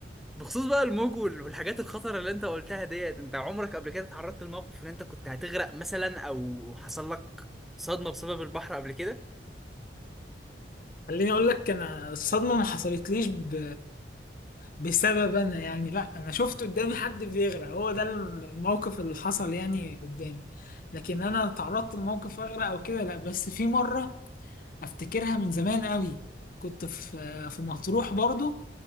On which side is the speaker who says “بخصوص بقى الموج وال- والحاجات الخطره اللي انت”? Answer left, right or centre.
Centre